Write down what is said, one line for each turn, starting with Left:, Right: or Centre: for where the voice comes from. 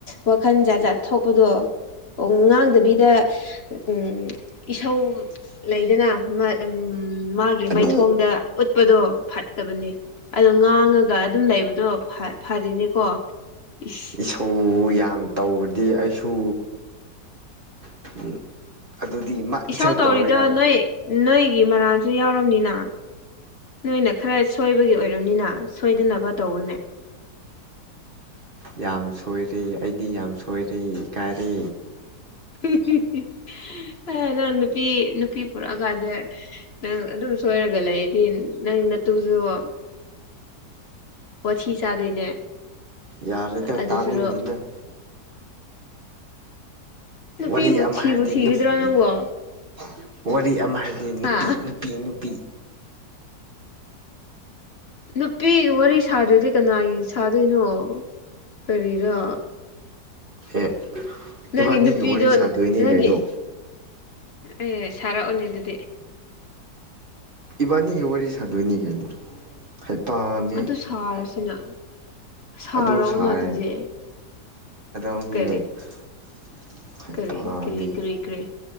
Left: ꯋꯥꯈꯜ ꯖꯥꯖꯥꯠ ꯊꯣꯛꯄꯗꯣ ꯕ <unintelligible> ꯑꯣ ꯉꯥꯡꯗꯕꯤꯗ ꯎꯝ ꯏꯁꯧ ꯂꯩꯗꯅ ꯑꯃ ꯎꯝ ꯎꯝ ꯃꯥꯒꯤ
Right: ꯑꯗꯨ
Left: ꯃꯥꯏꯊꯣꯡꯗ ꯎꯠꯄꯗꯣ ꯐꯠꯇꯕꯅꯦ ꯑꯗꯣ ꯉꯥꯡꯉꯒ ꯑꯗꯨꯝ ꯂꯩꯕꯗꯣ ꯐ ꯐꯔꯤꯅꯤꯀꯣ ꯏꯁ
Right: ꯏꯁꯧ ꯌꯥꯝ ꯇꯧꯕꯗꯤ ꯑꯩꯁꯨ <unintelligible> ꯑꯗꯨꯗꯤ ꯃꯥ
Left: ꯏꯁꯧ
Right: <unintelligible>
Left: ꯇꯧꯔꯤꯗꯣ
Right: ꯇꯧꯔꯒ
Left: ꯅꯣꯏ ꯅꯣꯏꯒꯤ ꯃꯔꯥꯟꯁꯨ ꯌꯥꯎꯔꯝꯅꯤꯅ ꯅꯣꯏꯅ ꯈꯔ ꯁꯣꯏꯕꯒꯤ ꯑꯣꯏꯔꯝꯅꯤꯅ ꯁꯣꯏꯗꯅꯕ ꯇꯧꯑꯣꯅꯦ <inaudible>
Right: ꯌꯥꯝ ꯁꯣꯏꯔꯦ ꯑꯩꯗꯤ ꯌꯥꯝ ꯁꯣꯏꯔꯦ ꯏꯀꯥꯏꯔꯦ
Left: <unintelligible> <unintelligible> ꯅꯪ ꯅꯨꯄꯤ ꯅꯨꯄꯤ ꯄꯨꯔꯛꯑ ꯀꯥꯟꯗ ꯅꯪ ꯑꯗꯨꯝ ꯁꯣꯏꯔꯒ ꯂꯩꯗꯤ ꯅꯪ ꯅꯇꯨꯁꯨ <unintelligible> ꯋꯥꯊꯤ ꯆꯥꯗꯣꯏꯅꯦ
Right: ꯌꯥꯔꯦꯗꯥ
Left: ꯑꯗꯨ
Right: ꯇꯅꯤꯡꯗꯦ
Left: ꯁꯔꯨꯛ
Right: ꯅꯪ
Left: ꯅꯨꯄꯤꯕꯨ
Right: ꯋꯥꯔꯤ ꯑꯃ
Left: ꯊꯤꯕꯨ
Right: ꯍꯥꯏꯗꯤ
Left: ꯊꯤꯒꯗ꯭ꯔꯣ
Right: <unintelligible>
Left: ꯅꯪꯕꯣ
Right: ꯋꯥꯔꯤ ꯑꯃ ꯍꯥꯏꯕꯗꯤ ꯅꯨꯄꯤ
Left: ꯍꯥ
Right: ꯅꯨꯄꯤ ꯅꯨꯄꯤ
Left: ꯅꯨꯄꯤ ꯋꯥꯔꯤ ꯁꯥꯗ꯭ꯔꯗꯤ ꯀꯅꯥꯒꯤ ꯁꯥꯗꯣꯏꯅꯣ ꯀꯔꯤꯔꯥ
Right: ꯑꯦ
Left: ꯅꯪꯒꯤ
Right: ꯏꯕꯥꯅꯤꯒꯤ
Left: ꯅꯨꯄꯤꯗꯣ
Right: ꯋꯥꯔꯤ ꯁꯥꯗꯣꯏꯅꯦ
Left: ꯅꯪꯒꯤ
Right: ꯀꯩꯅꯣ
Left: ꯑꯦ ꯁꯥꯔꯛꯑꯣꯅꯦ ꯑꯗꯨꯗꯤ
Right: ꯏꯕꯥꯅꯤꯒꯤ ꯋꯥꯔꯤ ꯁꯥꯗꯣꯏꯅꯤ ꯀꯩꯅꯣ ꯍꯩꯄꯥꯗꯤ
Left: ꯑꯗꯨ ꯁꯥꯔꯁꯤꯅ ꯁꯥꯔꯛꯑꯣꯅ
Right: ꯑꯗꯨ ꯁꯥꯔꯦ
Left: ꯑꯗꯨꯗꯤ
Right: <unintelligible>
Left: ꯀꯔꯤ
Right: ꯍꯩꯄꯥꯗꯤ
Left: ꯀꯔꯤ ꯀꯔꯤ ꯀꯔꯤ ꯀꯔꯤ